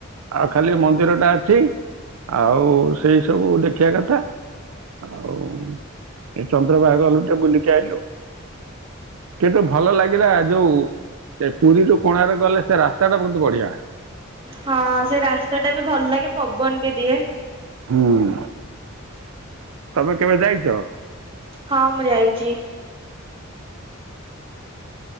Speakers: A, on the right; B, on the right.
A: ଆଉ ଖାଲି ମନ୍ଦିରଟା ଅଛି। ଆଉ ସେଇ ସବୁ ଦେଖିବା କଥା ଆଉ। ଏ ଚନ୍ଦ୍ର ବାଘ ଗଲୁ ଟେ ବୁଲିକି ଆଇଲୁ। କିନ୍ତୁ ଭଲ ଲାଗିଲା ଯୋଉ ସେ ପୁରୀରୁୁ କୋଣାର୍କ ଗଲେ ସେ ରାସ୍ ସେଟା ବହୁତ ବଢିଆ।
B: ହଁ ସେ ରାସ୍ତା ଟା ବି ଭଲ ଲାଗେ ପବନ ବି ଦିଏ।
A: ହୁଁ ତମେ କେବେ ଯାଇଚ?
B: ହଁ ମୁଁ ଯାଇଚି।